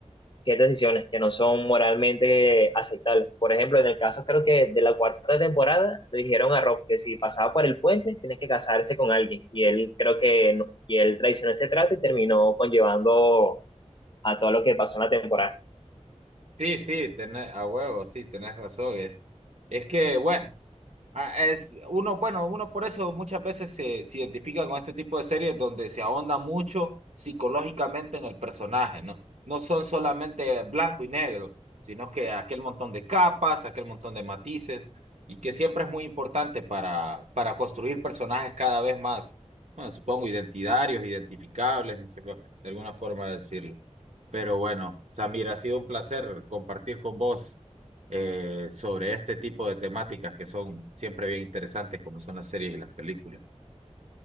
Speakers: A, on the left; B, on the right.
A: ciertas decisiones que no son moralmente aceptables. Por ejemplo, en el caso creo que de la cuarta temporada le dijeron a Rob que si pasaba por el puente tiene que casarse con alguien. Y él creo que no- y él traicionó ese trato y terminó conllevando a todo lo que pasó en la temporada.
B: Sí, sí, tenés, a huevo, sí, tenés razón. Es, es que, bueno. Ah, Es uno, bueno, uno por eso muchas veces se, se identifica con este tipo de series donde se ahonda mucho psicológicamente en el personaje, ¿no? No son solamente blanco y negro, sino que aquel montón de capas, aquel montón de matices, y que siempre es muy importante para, para construir personajes cada vez más, bueno, supongo, identitarios, identificables, no sé, cómo- de alguna forma decirlo. Pero bueno, Samir, ha sido un placer compartir con vos eh, sobre este tipo de temáticas que son siempre bien interesantes, como son las series y las películas.